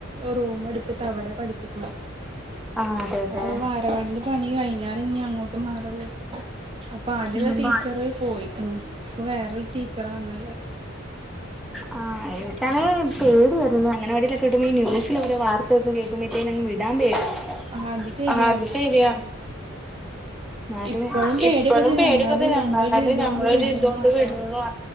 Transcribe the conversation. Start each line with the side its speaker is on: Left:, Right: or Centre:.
Right: റൂമെടുത്ത്ട്ട അവടെ പഠിപ്പിക്കണേ.
Centre: ആഹ് അതെല്ലേ
Right: അപ്പൊ ബാലവാടീന്റെ പണി കഴിഞ്ഞാലിനിയങ്ങോട്ടു മാറുള്ളൂ. അപ്പൊ ആദ്യള്ള
Centre: അപ്പൊ
Right: ടീച്ചറു
Centre: അത്
Right: പോയിക്ക്ണ് ഇപ്പം വേറൊരു ടീച്ചറാണുള്ളേ.
Centre: ആ എനിക്കാണെങ്കി പേടിയായിരുന്നു. അംഗനവാടിയിലൊക്കെ വിടുമ്പോ ഈ ന്യൂസിലോരോ വാർ <unintelligible> കേക്കുമ്പോൾ ത്തെന്നെ വിടാൻ പേടിയാ
Right: ആഹ് അത് ശരിയാ
Centre: ആ അതുശരിയാ. ന്നാലും
Right: ഇപ്പഴും പേടിയൊക്കെ
Centre: ഇപ്പളും
Right: തന്നെ
Centre: പേടിക്കെ
Right: എന്നാലും
Centre: തന്നെ
Right: നമ്മളൊരു
Centre: ന്നാലും
Right: ഇതോണ്ട്
Centre: നമ്മളൊരിതുകൊണ്ടു
Right: വിടുന്ന് മാത്രം
Centre: വിടുന്നെന്നു മാ